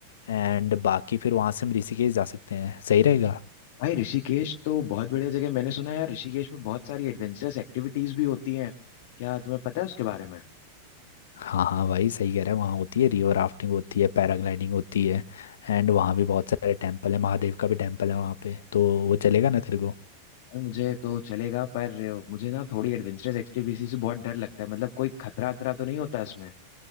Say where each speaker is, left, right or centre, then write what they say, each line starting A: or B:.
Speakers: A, on the left (about 85°); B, on the left (about 60°).
A: एंड बाकी फिर वहाँ से हम ऋषिकेश जा सकते हैं सही रहेगा
B: भाई ऋषिकेश तो बहुत बढ़िया जगह है। मैंने सुना है यार ऋषिकेश में बहुत सारी एडवेंचरस एक्टिविटीज भी होती हैं क्या तुम्हें पता है उसके बारे में
A: हाँ हाँ भाई सही कह रहा है वहाँ होती है रिवर राफ्टिंग होती है पैराग्लाइडिंग होती है एंड वहाँ भी बहुत सारे टेम्पल है महादेव का भी टेम्पल है वहाँ पे तो वो चलेगा ना तेरे को
B: भाई मुझे तो चलेगा पर मुझे ना थोड़ी एडवेंचरस एक्टिविटी से बहुत डर लगता है मतलब कोई खतरा अतरा तो नहीं होता इसमें